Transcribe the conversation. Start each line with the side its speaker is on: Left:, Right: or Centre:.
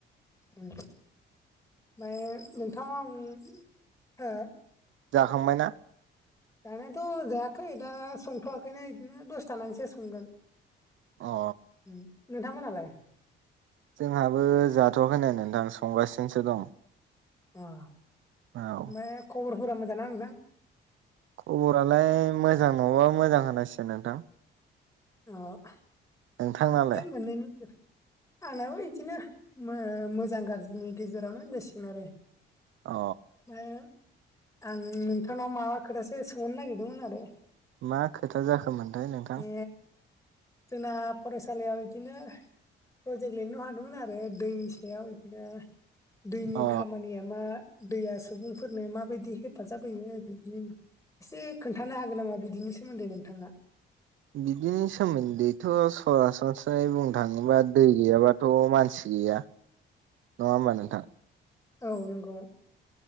Left: ओमफ्राय नोंथाङा आं हो
Right: जाखांबायना
Left: जानायाथ' जायाखै दा संथ'वाखैनो बिदिनो दसथानानैसो संगोन
Right: अ
Left: उम नोंथांमोनालाय
Right: जोंहाबो जाथ'वाखै नाय नोंथां संगासिनोसो दं
Left: अ ओमफ्राय
Right: औ
Left: खबरफोरा मोजां ना नोंथां
Right: खबरालाय मोजां नङाबा मोजां होनांसिगोन नोंथां
Left: अ
Right: नोंथांनालाय
Left: <unintelligible> मोननै आंनाबो बिदिनो मोजां गाज्रिनि गेजेरावनो होनजासिगोन आरो
Right: अ
Left: ओमफ्राय आं नोंथांनाव माबा खोथासो सोंहरनो नागिरदोंमोन आरो
Right: मा खोथा जाखोमोनथाय नोंथां
Left: बे जोंना फरायसालियाव बिदिनो प्रजेक्ट लिरनो हरदोंमोन आरो दैनि सायाव बिदिनो दैनि
Right: अ
Left: खामानिया मा दैया सुबुंफोरनो माबायदि हेफाजाब होयो बिदि एसे खोन्थानो हागोन नामा बिदिनि सोमोन्दै नोंथाङा
Right: बिदिनि सोमोन्दैथ' सरासनस्रायै बुंनो थाङोबा दै गैयाबाथ' मानसि गैया नङा होमबा नोंथां
Left: औ-औ नंगौ